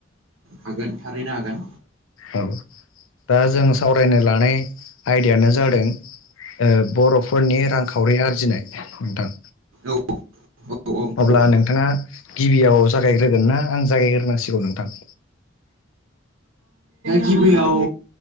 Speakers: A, on the right; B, on the left.
A: हागोन थारैनो हागोन।
B: औ दा जों सावरायनो लानाय आयदायानो जादों ओ बर'फोरनि रांखावरि आरजिनाय नोंथां।
A: औ औ औ नंगौ
B: अब्ला नोंथांङा गिबियाव जागायग्रोगोन ना आं जागायग्रोनांसिगौव नोंथां?
A: गिबियाव